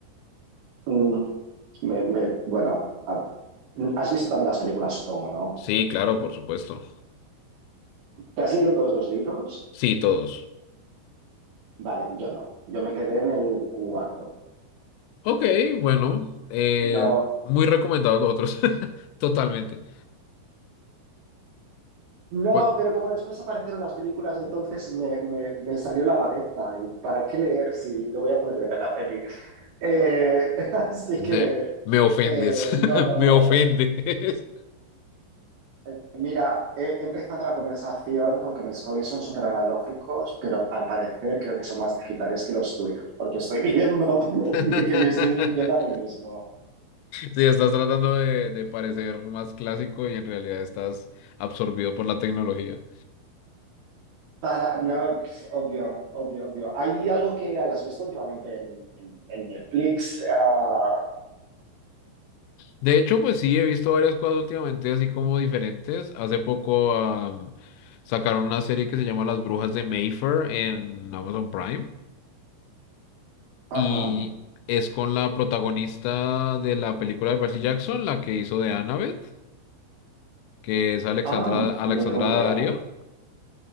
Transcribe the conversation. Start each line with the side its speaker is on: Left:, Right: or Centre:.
Right: Mm, me- me- bueno, ah, has visto también las películas, supongo, ¿no?
Left: Sí, claro, por supuesto.
Right: ¿Te has leído todos los libros?
Left: Sí, todos.
Right: Vale, yo no. Yo me quedé en el cuarto.
Left: Ok, bueno, eh,
Right: No,
Left: muy recomendados los otros. <laughs> Totalmente.
Right: no,
Left: Cua-
Right: pero como después aparecieron las películas, entonces me, me- me salió la vagueza. ¿Y para qué leer si lo voy a poder ver en la peli? Eh, <laughs> así
Left: ne-
Right: que,
Left: me ofendes,
Right: eh,
Left: <laughs>
Right: no, no
Left: me
Right: lo.
Left: ofendes.
Right: eh, mira, he he empezado la conversación con que mis hobbies son súper analógicos, pero al parecer creo que son más digitales que los tuyos, porque estoy viendo <laughs>
Left: <laughs>
Right: que me estoy mintiendo a mí mismo.
Left: Sí, estás tratando de, de parecer más clásico y en realidad estás absorbido por la tecnología.
Right: Para, no, obvio, obvio, obvio. ¿Hay algo que hayas visto últimamente en, en- en Netflix? Ah,
Left: De hecho, pues sí, he visto varias cosas últimamente así como diferentes. Hace poco am, sacaron una serie que se llama Las Brujas de Mayfair en Amazon Prime.
Right: ajá.
Left: y es con la protagonista de la película de Percy Jackson, la que hizo de Annabeth, que es Alexandra,
Right: Ah,
Left: Alexandra
Right: no tengo ni
Left: Daddario.
Right: idea.